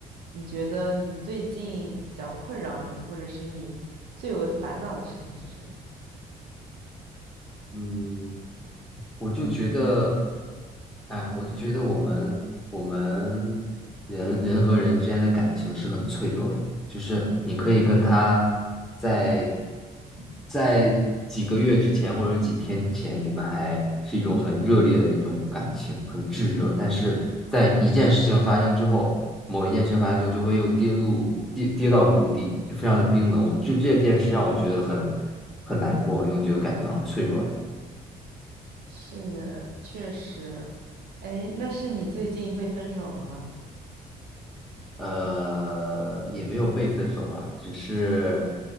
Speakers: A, on the right; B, in the centre.
A: 你觉得你最近比较困扰你，或者是你最为烦恼的事情是什么？
B: 嗯，我就觉得，哎，我就觉得我们我们人人和人之间的感情是很脆弱的，就是你可以跟他在在几个月之前或者几天前，你们还是一种很热烈的一种感情，很炙热，但是在一件事情发生之后，某一件事发生之后，就会又跌入跌跌到谷底，就非常的冰冷。我就这件事让我觉得很很难过，因为我觉得感情好脆弱啊。
A: 是，确实。哎，那是你最近被分手了吗？
B: 呃，也没有被分手吧，只是